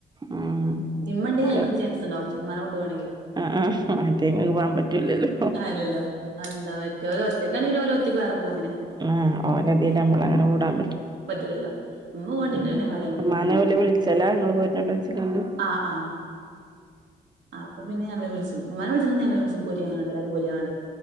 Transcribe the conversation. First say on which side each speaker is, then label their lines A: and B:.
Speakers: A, on the right (about 20°); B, on the right (about 70°).
A: ഉം ഉം
B: ഇമ്മണ്ടങ്കിൽ
A: കേ
B: ഞങ്ങൾ കൊക്കെ ചാൻസുണ്ടാകും ഇമ്മാനെ കൊണ്ടാ കാണെങ്കിൽ
A: ആഹ് ആഹ് മറ്റേ ഇങ്ങക്ക് പോകാൻ പറ്റൂലല്ലോ
B: അല്ലല്ലോ എന്ത മറ്റോല് ഒറ്റക്കാണെങ്കി ഒാല് ഒറ്റ ഒറ്റക്ക് വേറെ പോവങ്ങനെ
A: ആഹ് ഓലതീല്
B: ഉം
A: നമ്മളങ്ങനെ കൂടാൻ
B: പറ്റൂലല്ലോ ഉമ്മ പോരുന്നുണ്ടെങ്കിൽ
A: ഉം
B: പിന്നെ ഞങ്ങൾ
A: ഉമ്മാനെ ഒല് വിളിച്ചലാനിങ്ങൾ പോരുന്നുണ്ടോ ചോദിച്ച് ങ്ങാണ്ട്
B: ആഹ് ആഹ് അപ്പൊ പിന്നെ ഞങ്ങള് വിളിചും ഇമ്മനെ വിളിച്ച് ണഞങ്ങളെ വിളിച്ചും പോരിം എല്ലാരും പോരിങ്ങാണ്ട്